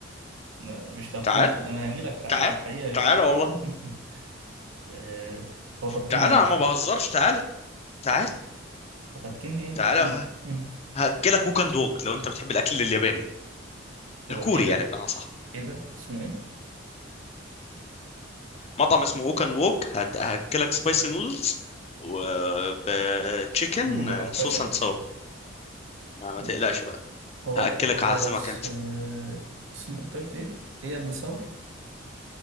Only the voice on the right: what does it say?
لا، مش لو
كنت انا هجي لك
حقيقة هجي
<laughs> آه، هو تركني
ايه
مثلا
هو تركني ايه
احكي
لي <laughs>
هو
ايه ده
ايه ده اسمه ايه
ما جربتهاش
قبل
كده
ما
جربت
هو
آه، اس-
آه، اسمه انت قلت ايه ايه اند ثور